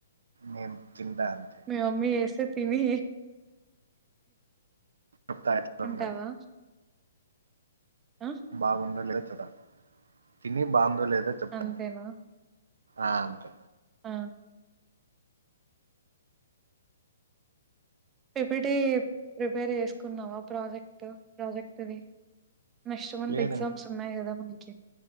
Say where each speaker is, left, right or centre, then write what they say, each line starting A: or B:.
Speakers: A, on the right (about 65°); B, on the right (about 20°).
A: నేను తింటా అంతే
B: మీ మమ్మీ చేస్తే తిని
A: తప్తయింద
B: ఉంటావా ఆ
A: బాగుందో లేదో చె ప్తా తిని బాగుందో లేదో చెప్తాను
B: అంతేనా
A: ఆ అంతే
B: ఆ పిపిటి ప్రిపేర్ చేసుకున్నావా ప్రాజెక్ట్ ప్రాజెక్ట్డి నెక్స్ట్ మంత్
A: లేదు
B: ఎగ్జామ్స్ ఉన్నాయి కదా మన ఓకే